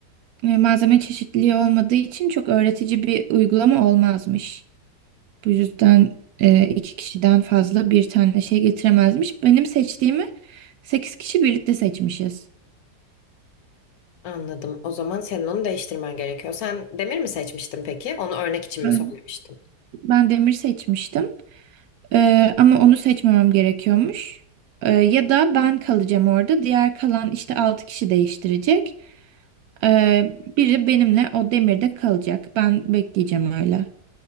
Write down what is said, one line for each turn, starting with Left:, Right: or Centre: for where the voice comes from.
Right: Ee, malzeme çeşitliliği olmadığı için çok öğretici bir uygulama olmazmış. Bu yüzden e,
Left: <laughs>
Right: iki kişiden fazla bir tane şey getiremezmiş. Benim seçtiğimi sekiz kişi birlikte seçmişiz.
Left: Anladım. O zaman senin onu değiştirmen gerekiyor. Sen demir mi seçmiştin peki? Onu örnek için
Right: Ben,
Left: mi söylemiştin?
Right: ben demir seçmiştim. Ee, ama onu seçmemem gerekiyormuş. Ee, ya da ben kalacağım orada. Diğer kalan işte altı kişi değiştirecek. Ee, biri benimle o demirde kalacak. Ben bekleyeceğim öyle.